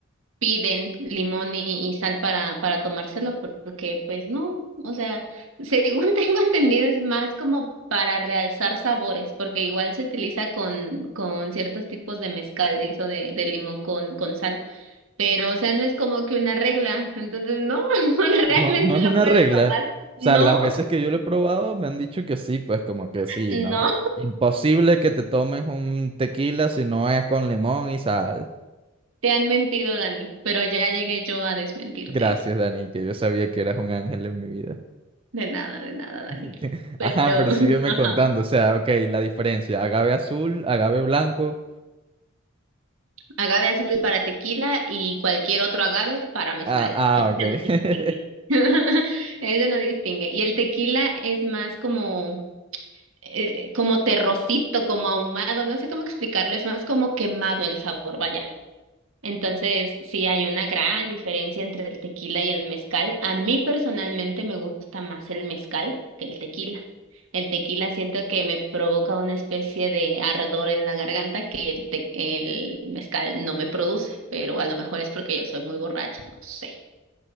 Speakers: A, on the right; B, on the right.
A: piden limón y, y sal para, para tomárselo, porque pues no, o sea, según <laughs> tengo entendido es más como para realzar sabores, porque igual se utiliza con, con ciertos tipos de mezcales o de, de limón con, con sal. Pero, o sea, no es como que una regla, entonces no, <laughs>
B: No,
A: realmente
B: no es
A: lo
B: una
A: puedes
B: regla.
A: tomar.
B: O
A: No,
B: sea, las veces que yo lo he probado me han dicho que sí, pues como que sí,
A: no,
B: no. Imposible que te tomes un tequila si no es con limón y sal.
A: te han mentido, Dani, pero ya llegué yo a desmentirte
B: Gracias,
A: eso.
B: Dani, que yo sabía que eras un ángel en mi vida.
A: De nada, de nada, Dani.
B: <laughs>
A: Pero,
B: Ajá, pero
A: <laughs>
B: sígueme
A: ajá,
B: contando. O sea, ok, la diferencia. Agave azul, agave blanco.
A: agave azul para tequila y cualquier otro agave para mezcal.
B: Ah, ah,
A: <laughs> Ese
B: ok.
A: no distingue.
B: <laughs>
A: <laughs> Ese no distingue. Y el tequila es más como, eh, como terrocito, como ahumado, no sé cómo explicarlo, es más como quemado el sabor, vaya. Entonces, sí hay una gran diferencia entre el tequila y el mezcal. A mí personalmente me gusta más el mezcal que el tequila. El tequila siento que me provoca una especie de ardor en la garganta que el, te- el mezcal no me produce, pero a lo mejor es porque yo soy muy borracha, no sé,